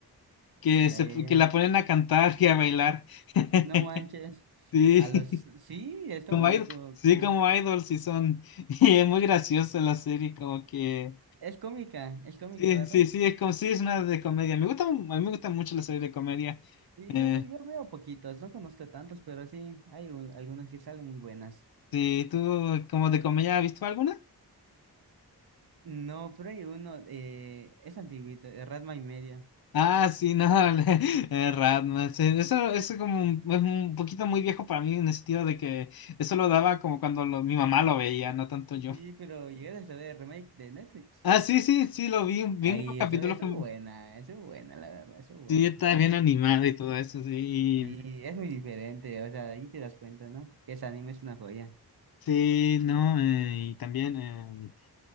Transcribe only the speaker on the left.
que,
se,
que la ponen a cantar y a bailar. <laughs>
Sí,
como
idol, sí,
como idols sí son. <laughs> Y es muy graciosa la serie, como que
sí,
sí, sí, es como sí es una de comedia. Me gusta, a mí me gusta mucho la serie de comedia.
Eh,
sí, ¿tú como de comedia has visto alguna?
Ah, sí, no, <laughs> eh, Ratman, sí, eso es como un, es un poquito muy viejo para mí en el sentido de que eso lo daba como cuando lo- mi mamá lo veía, no tanto yo.
Ah, sí, sí, sí, lo vi, vi
unos capítulos
que
sí está bien animado y todo eso, sí,
y-
sí, no, eh, y también, eh,